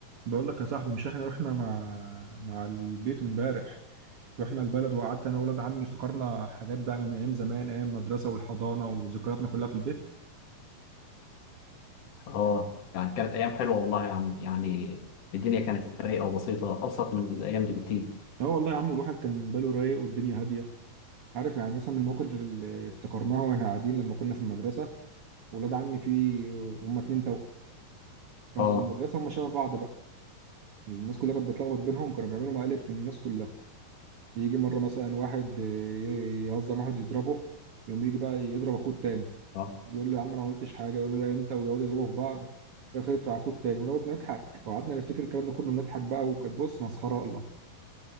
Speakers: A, on the right (about 45°); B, on the left (about 45°).
A: بقول لك يا صاحبي مش احنا رحنا مع مع البيت امبارح رحنا البلد وقعدت انا وولاد عمي افتكرنا حاجات بقى من ايام زمان ايام المدرسه والحضانه وذكرياتنا كلها في البيت
B: اه يعني كانت ايام حلوه والله يا عم يعني الدنيا كانت رايقه وبسيطه ابسط من الايام دي بكتير
A: اه والله يا عم الواحد كان باله رايق والدنيا هاديه عارف يعني مثلا من المواقف اللي افتكرناها واحنا قاعدين لما كنا في المدرسه ولاد عمي في هم اتنين توأم فكانوا
B: اه
A: في المدرسه هم شبه بعض بقى الناس كلها كانت بتلخبط بينهم كانوا بيعملوا مقالب في الناس كلها يجي مره مثلا واحد ي- يهزم واحد يضربه يقوم يجي بقى يضرب اخوه التاني
B: اه
A: يقول له يا عم انا ما عملتش حاجه يقول له لا انت ويقعدوا يضربوا في بعض في الاخر يطلع اخوه التاني ونقعد نضحك وقعدنا نفتكر الكلام ده كله نضحك بقى وكانت بص مسخره الله